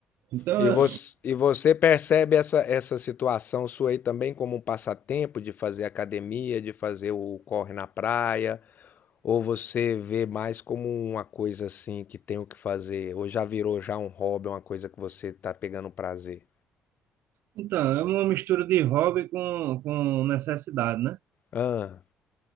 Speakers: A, on the right; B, on the left.
A: Então,
B: E você,
A: é-
B: e você percebe essa, essa situação sua aí também como um passatempo de fazer academia, de fazer o corre na praia? Ou você vê mais como uma coisa assim que tem o que fazer? Ou já virou já um hobby, uma coisa que você tá pegando prazer?
A: então, é uma mistura de hobby com, com necessidade, né?
B: Ah,